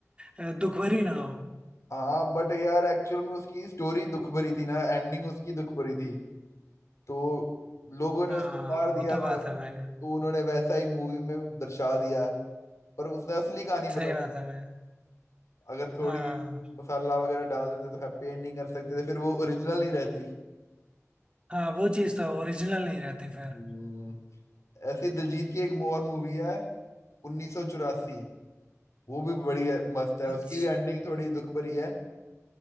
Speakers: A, on the right; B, on the left.
A: अ, दुख भरी ना हो
B: हाँ बट यार एक्चुअल में उसकी स्टोरी दुख भरी थी ना एंडिंग उसकी दुख भरी थी तो लोगों ने
A: हाँ
B: उसको मार दिया
A: वो तो बात
B: तो
A: है भाई
B: उन्होंने वैसा ही मूवी में दर्शा दिया पर उसने असली कहानी
A: सही
B: बताई
A: बात है भाई
B: अगर थोड़ी
A: हाँ
B: मसाला वगैरह डाल देते तो हैप्पी एंडिंग कर सकते थे फिर वो ओरिजिनल नहीं रहती
A: हाँ वो चीज़ तो ओरिजिनल नहीं रहती फिर
B: हम्म, ऐसे ही दिलजीत की एक और मूवी है 1984 वो भी बड़ी है, मस्त है उसकी
A: अच्छा
B: भी एंडिंग थोड़ी दुख भरी है